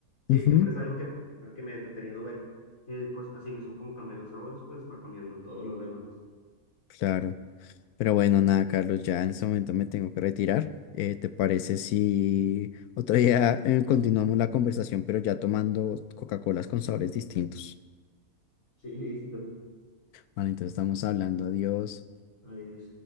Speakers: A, on the left (about 60°); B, on the left (about 80°).
A: Siempre
B: Ujú,
A: es algo que me, que me ha entretenido ver. Y pues así mismo como cambian los sabores, pues va cambiando todo lo demás.
B: claro. Pero bueno, nada, Carlos, ya en este momento me tengo que retirar. Eh, ¿te parece si otro día eh, continuamos la conversación, pero ya tomando Coca-Colas con sabores distintos?
A: Sí, listo.
B: Vale, entonces estamos hablando. Adiós.
A: Adiós.